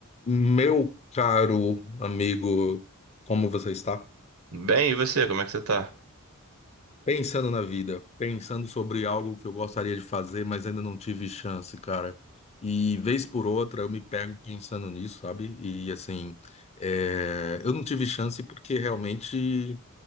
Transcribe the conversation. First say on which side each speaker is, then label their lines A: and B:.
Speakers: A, on the left (about 30°); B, on the right (about 85°).
A: Meu caro amigo, como você está?
B: Bem, e você, como é que você tá?
A: Pensando na vida, pensando sobre algo que eu gostaria de fazer, mas ainda não tive chance, cara. E vez por outra eu me pego pensando nisso, sabe? E assim, é, eu não tive chance porque realmente